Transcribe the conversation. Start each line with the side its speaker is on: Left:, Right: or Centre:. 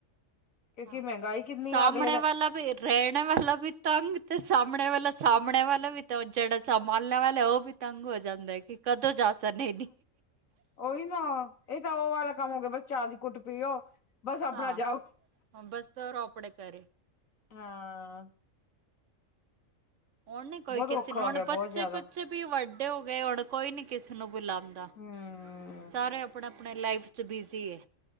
Left: ਕਿਉਂਕਿ
Right: ਹਾਂ
Left: ਮਹਿੰਗਾਈ ਕਿੰਨੀ
Right: ਸਾਹਮਣੇ
Left: ਆ ਅਗਲੇ ਦਾ
Right: ਵਾਲਾ ਵੀ ਰਹਿਣੇ ਵਾਲਾ ਵੀ ਤੰਗ ਤੇ ਸਾਹਮਣੇ ਵਾਲਾ ਸਾਹਮਣੇ ਵਾਲਾ ਵੀ ਤਾਂ ਜਿਹੜਾ ਸੰਭਾਲਣੇ ਵਾਲਾ ਉਹ ਵੀ। ਤੰਗ ਹੋ ਜਾਂਦਾ ਹੈ ਕਿ ਕਦੋਂ ਜਾਸਨ ਇ
Left: ਕੋਈ ਨਾ ਇਹ ਤਾਂ ਉਹ ਵਾਲਾ ਕੰਮ ਹੋ ਗਿਆ ਬਸ ਚਾਹ ਦੀ ਘੁਟ ਪੀਓ ਬਸ ਆਪਣਾ
Right: ਹਾਂ
Left: ਜਾਓ
Right: ਹਾਂ, ਬਸ ਤਾਂ ਆਪਣੇ ਘਰੇ
Left: ਹਾਂ।
Right: ਹੁਣ ਨੀ ਕੋਈ
Left: ਬਹੁਤ
Right: ਕਿਸ
Left: ਔਖਾ
Right: ਸੀ ਨੋਟ
Left: ਹੋ ਗਿਆ ਬਹੁਤ
Right: ਬੱਚੇ
Left: ਜ਼ਿਆਦਾ।
Right: ਕੁੱਛ ਵੀ ਵੱਡੇ ਹੋ ਗਏ ਹੁਣ ਕੋਈ ਨੀ ਕਿਸੇ ਨੂੰ ਬੁਲਾਉਂਦਾ।
Left: ਹਮ
Right: ਸਾਰੇ ਆਪਣੇ, ਆਪਣੇ ਲਾਈਫ ਚ ਬਿਜ਼ੀ ਏ।